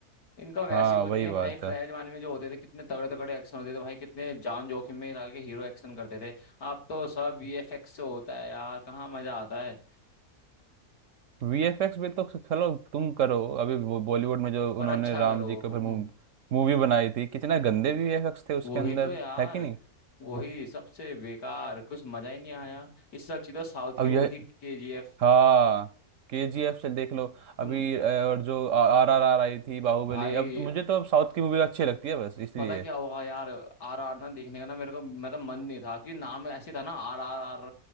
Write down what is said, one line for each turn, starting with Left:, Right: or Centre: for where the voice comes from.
Left: इनका वैसे
Right: हाँ
Left: कुछ
Right: वही
Left: नहीं है
Right: बात
Left: भाई पहले
Right: है
Left: जमाने में जो होते थे कितने तगड़े तगड़े एक्शन होते थे भाई कितने जान जोखिम में डाल के हीरो एक्शन करते थे अब तो सब वीएफएक्स से होता है यार कहाँ मजा आता है
Right: वीएफएक्स भी तो चलो तुम करो अभी वो बॉलीवुड में जो
Left: पर
Right: उन्होंने
Left: अच्छा
Right: राम
Left: करो
Right: जी के ऊपर
Left: हम्म,
Right: मूवी बनाई थी कितना गंदे वीएफएक्स थे उसके
Left: वही
Right: अंदर
Left: तो यार
Right: है कि नहीं
Left: वही सबसे बेकार कुछ मजा ही नहीं आया इससे अच्छी तो साउथ
Right: अब
Left: की वो
Right: यह
Left: थी केजीएफ
Right: हाँ केजीएफ से देख लो अभी
Left: तुम
Right: अ, और जो आरआरआर आई थी बाहुबली
Left: भाई
Right: अब मुझे तो अब साउथ की मूवी अच्छी लगती है बस इसलिए
Left: पता क्या हुआ यार आर आर ना देखने का ना मेरे को मतलब मन नहीं था क्योंकि नाम ऐसे था ना आर आर आर